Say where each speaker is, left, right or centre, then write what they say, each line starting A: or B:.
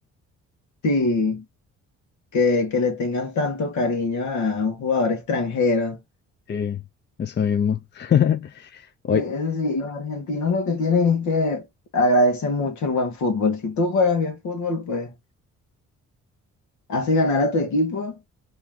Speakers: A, on the left (about 70°); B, on the left (about 35°).
A: Sí, que, que le tengan tanto cariño a un jugador extranjero.
B: Sí, eso mismo. <laughs> Hoy,
A: Eh, Eso sí, los argentinos lo que tienen es que agradecen mucho el buen fútbol. Si tú juegas bien fútbol, pues haces ganar a tu equipo,